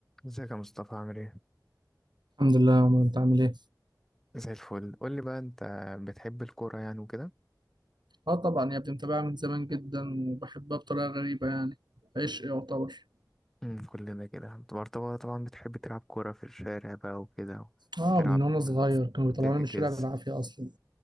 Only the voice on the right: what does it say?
الحمد لله يا عمر انت عامل ايه؟
اه طبعا يا ابني متابعها من زمان جدا وبحبها بطريقه غريبه يعني عشق يعتبر
اه
من وانا صغير كانوا بيطلعوني
من الشارع بالعافيه اصلا